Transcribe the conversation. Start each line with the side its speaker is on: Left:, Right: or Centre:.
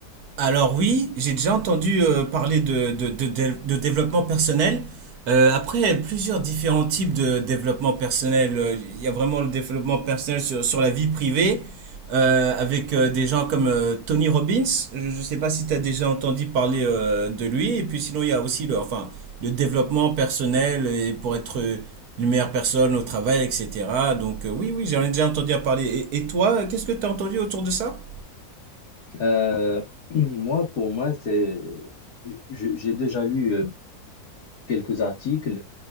Right: Alors oui, j'ai déjà entendu euh, parler de, de- de- de- de développement personnel. Euh, après, plusieurs différents types de développement personnel. Euh, Il y a vraiment le développement personnel sur, sur la vie privée, euh, avec euh, des gens comme euh, Tony Robbins. Je ne sais pas si tu as déjà entendu parler euh, de lui. Et puis sinon, il y a aussi le, enfin, le développement personnel et pour être euh, une meilleure personne au travail, etc. Donc euh, oui, oui, j'en ai déjà entendu parler. Et, et toi, euh, qu'est-ce que tu as entendu autour de ça?
Left: Euh, <clears throat> moi, pour moi, c'est, je- j'ai déjà lu euh, quelques articles